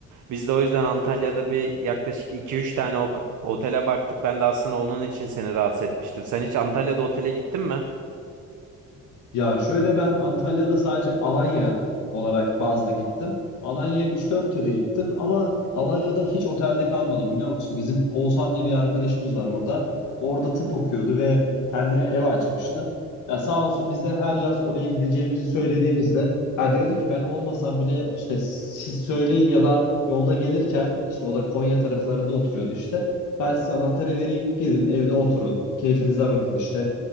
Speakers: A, on the right (about 80°); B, on the left (about 80°).
A: Biz de o yüzden Antalya'da bir yaklaşık iki üç tane ok- otele baktık. Ben de aslında onun için seni rahatsız etmiştim. Sen hiç Antalya'da otele gittin mi?
B: Ya şöyle ben Antalya'da sadece Alanya olarak bazlı gittim. Alanya'ya üç dört kere gittim ama Alanya'da hiç otelde kalmadım biliyor musun? Bizim Oğuzhan diye bir arkadaşımız var orada. Orada tıp okuyordu ve kendine ev açmıştı. Ya sağ olsun biz de her yaz oraya gideceğimizi söylediğimizde ya diyordu ki ben olmasam bile işte siz söyleyin ya da yolda gelirken işte o da Konya taraflarında oturuyordu işte. Ben size anahtarı vereyim. Gidin evde oturun. Keyfinize bakın işte.